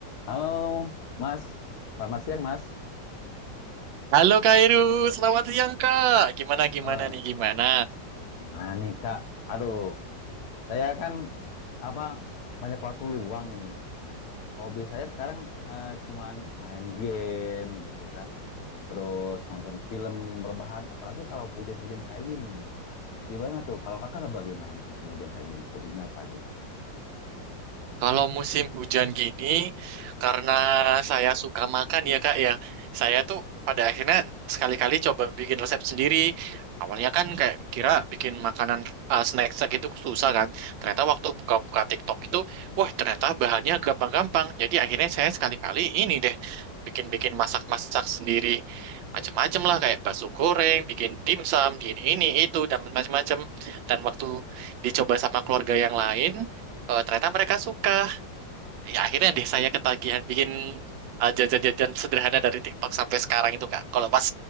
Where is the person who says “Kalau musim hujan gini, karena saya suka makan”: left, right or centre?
Right